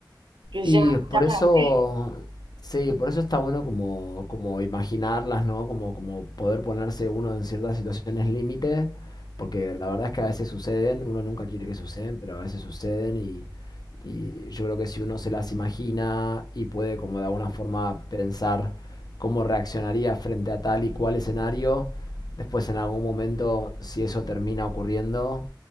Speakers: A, on the right; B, on the left.
A: pues
B: Y
A: ya,
B: por
A: ya para
B: eso,
A: qué.
B: sí, por eso está bueno como, como imaginarlas, ¿no? Como, como poder ponerse uno en ciertas situaciones límite, porque la verdad es que a veces suceden, uno nunca quiere que suceden, pero a veces suceden y, y yo creo que si uno se las imagina y puede como de alguna forma pensar cómo reaccionaría frente a tal y cual escenario, después en algún momento, si eso termina ocurriendo,